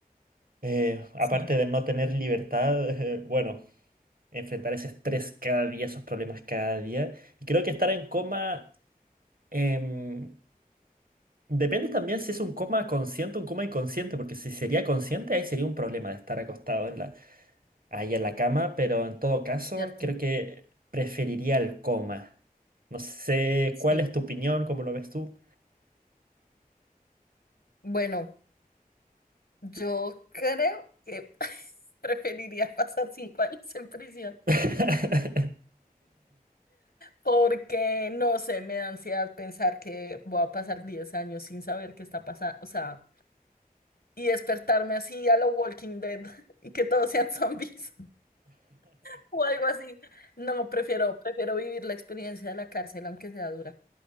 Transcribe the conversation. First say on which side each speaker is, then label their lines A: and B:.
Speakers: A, on the right; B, on the left.
A: eh, aparte
B: Sí.
A: de no tener libertad, <laughs> eh, bueno, enfrentar ese estrés cada día, esos problemas cada día. Y creo que estar en coma... em, Depende también si es un coma consciente o un coma inconsciente, porque si sería consciente, ahí sería un problema de estar acostado en la ahí en la cama, pero en todo caso
B: ¿Cierto?
A: creo que preferiría el coma. No sé
B: Sí.
A: cuál es tu opinión, cómo lo ves tú.
B: Bueno, yo creo que <laughs> preferiría pasar cinco años en prisión
A: <laughs>
B: porque, no sé, me da ansiedad pensar que voy a pasar diez años sin saber qué está pasando, o sea, y despertarme así a lo Walking Dead <laughs> y que todos sean zombies <laughs> o algo así. No, prefiero, prefiero vivir la experiencia de la cárcel, aunque sea dura.